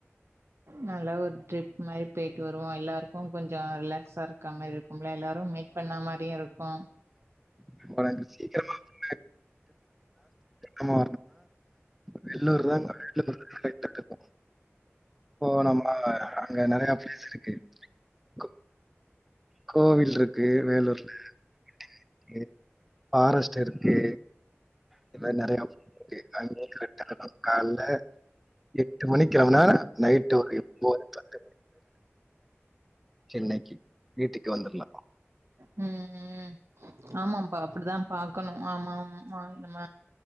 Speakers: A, on the right; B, in the centre.
A: நல்லா ஒரு ட்ரிப் மாரி பெயி ட்டு வருவோம் எல்லாருக்கும் கொஞ்சம் ரிலாக்ஸா இருக்க மாரி இருக்கும் எல்லாரும் மீட் பண்ண மாரியும் இருக் கும்
B: <unintelligible> ஆமா வேலூர் <unintelligible> போனம்மா அங்க நிறைய பிளேஸ் இருக்கு. கோ கோவில் இருக்கு வேலூர்ல. இருக்கு, ஃபாரஸ்ட் இருக்கு. இந்த மாரி நிறையாருக்கு அங்க <unintelligible> கால எட்டு மணிக் கிளம்புனா நைட்டு ஒரு எ ஒம்ப <unintelligible> சென்னைக்கு வீட்டுக்கு வந்துர்லாம்.
A: ம் ம் ஆமாப்பா அப்படித்தான் பாக்கணும் ஆமா ஆமா நம்ம